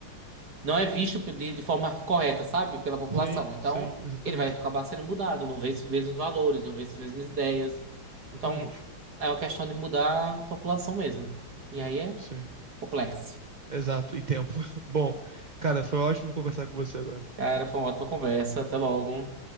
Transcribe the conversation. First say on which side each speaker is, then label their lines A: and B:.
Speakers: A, on the right; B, on the right.
A: não é visto de, de forma correta, sabe? Pela população.
B: sim,
A: Então,
B: sim, exatamente.
A: ele vai acabar sendo mudado, não vê os mesmos valores, não vê as mesmas ideias.
B: Exatamente.
A: Então, é uma questão de mudar a população mesmo. E
B: Sim,
A: aí é
B: sim.
A: complexo.
B: Exato, e tempo. <laughs> Bom, cara, foi ótimo conversar com você agora.
A: Cara, foi uma ótima conversa. Até logo.